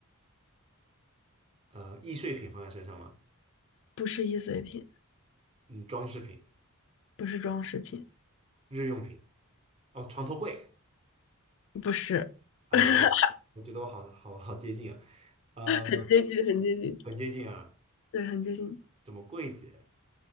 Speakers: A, on the right; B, on the left.
A: 呃，易碎品放在身上吗？
B: 不是易碎品，
A: 嗯，装饰品、
B: 不是装饰品，
A: 日用品，哦，床头柜。
B: 不是，
A: 哎呦，
B: <laughs>
A: 我觉得我好好好接近啊，呃，
B: 很接近，很接近，
A: 很接近啊，
B: 对，很接近，
A: 怎么柜子？